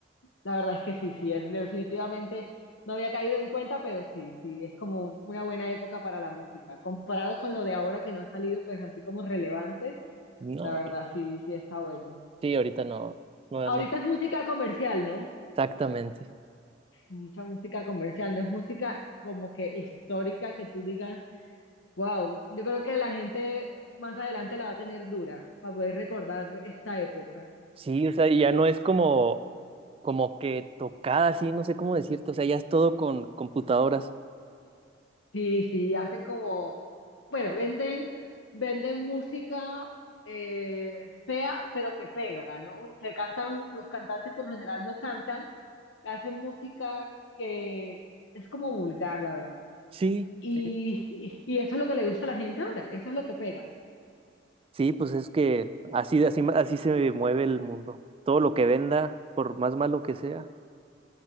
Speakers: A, on the left; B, on the right.
A: La verdad es que sí, sí, él definitivamente no había caído en cuenta, pero sí, sí, es como una buena época para la música. Comparado con lo de ahora que no ha salido, pues así como relevantes,
B: No,
A: la verdad sí, sí está bueno.
B: Sí, ahorita no, no,
A: Ahorita
B: no,
A: es música comercial, ¿no?
B: exactamente.
A: Mucha música comercial, no es música como que histórica que tú digas, wow, yo creo que la gente más adelante la va a tener dura para poder recordar esta época.
B: Sí, o sea, y ya no es como, como que tocada, así, no sé cómo decirte, o sea, ya es todo con computadoras.
A: Sí, sí, hacen como, bueno, venden, venden música eh, fea, pero que pega, ¿no? Que cantan, los cantantes por lo general no cantan, hacen música que es como vulgar, la verdad.
B: Sí,
A: Y,
B: sí.
A: y, y eso es lo que le gusta a la gente ahora, eso es lo que pega.
B: Sí, pues es que así, así, así se mueve el mundo. Todo lo que venda, por más malo que sea.